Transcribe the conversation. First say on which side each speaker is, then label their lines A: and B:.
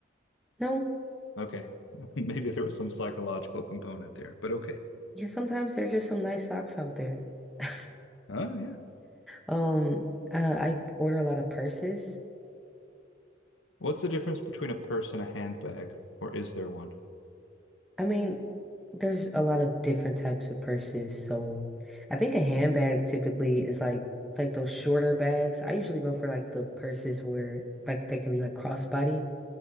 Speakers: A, in the centre; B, on the left.
A: No,
B: Okay. <laughs> Maybe there was some psychological component there, but okay.
A: yeah, sometimes there's just some nice socks out there. <laughs>
B: Oh, yeah.
A: Um, uh, I order a lot of purses.
B: What's the difference between a purse and a handbag, or is there one?
A: I mean, there's a lot of different types of purses, so I think a handbag typically is like like those shorter bags. I usually go for like the purses where like they can be like crossbody